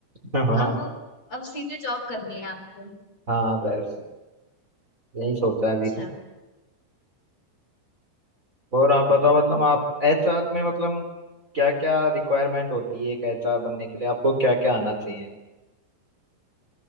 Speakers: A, on the right; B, on the left.
A: <laughs> हाँ
B: अब अब सीधे जॉब करनी है आपको
A: हाँ बस यही सोचा है
B: अच्छा
A: अभी तो और आप बताओ मतलब आप एचआर में मतलब क्या क्या रिक्वायरमेंट होती है एक एचआर बनने के लिए आपको क्या क्या आना चाहिए